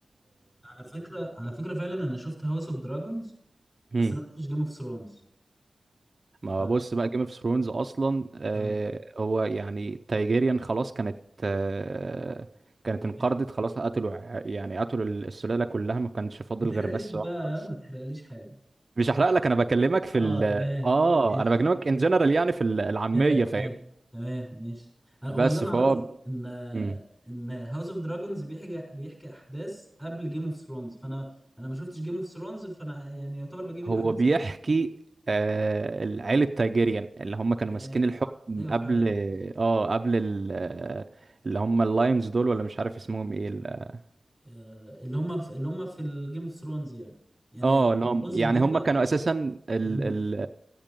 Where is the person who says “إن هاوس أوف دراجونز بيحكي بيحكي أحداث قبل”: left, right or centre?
Left